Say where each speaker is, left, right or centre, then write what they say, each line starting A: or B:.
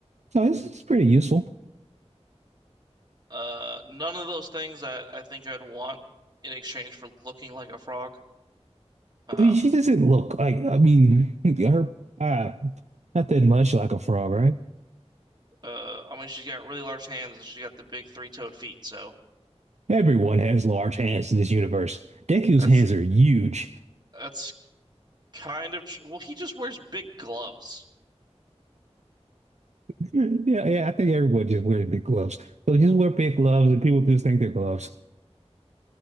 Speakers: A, on the right (about 80°); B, on the right (about 40°).
A: So it's, it's pretty useful.
B: Uh, none of those things I, I think I'd want in exchange for looking like a frog. Um,
A: I mean, she doesn't look like. I mean, <laughs> her uh, not that much like a frog, right?
B: uh, I mean, she's got really large hands and she's got the big three-toed feet, so
A: Everyone has large hands in this universe. Deku's
B: that's
A: hands are huge.
B: that's kind of. Well, he just wears big gloves.
A: <laughs> Yeah, yeah. I think everyone just wears big gloves. So just wear big gloves, and people just think they're gloves.